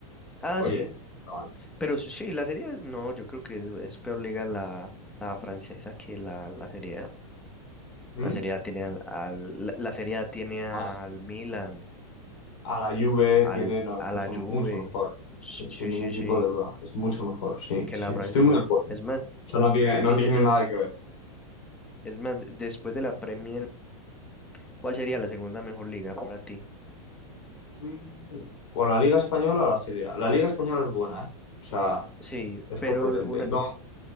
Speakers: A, in the centre; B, on the left.
A: Ah,
B: oye,
A: sí.
B: estaban-
A: Pero sí, la serie, no, yo creo que es, es peor liga la, la francesa que la, la serie A.
B: ¿Mm?
A: La serie A tiene al, al- la la serie A tiene al
B: Más
A: Milan,
B: a la Juve
A: al,
B: tiene, no, es
A: a
B: mucho,
A: la
B: mucho
A: Juve.
B: mejor,
A: Sí,
B: sin, sin ningún
A: sí, sí,
B: tipo de duda, es mucho mejor, sí,
A: que
B: sí,
A: la
B: estoy
A: francesa.
B: muy de acuerdo.
A: Es más,
B: Eso no tiene, no
A: y,
B: tiene nada
A: y
B: que ver.
A: es más, después de la Premier, ¿cuál sería la segunda mejor liga para ti?
B: Mm, ¿O la Liga Española o la Serie A? La Liga Española es buena, ¿eh? O sea,
A: Sí,
B: es
A: pero
B: competente.
A: una,
B: No,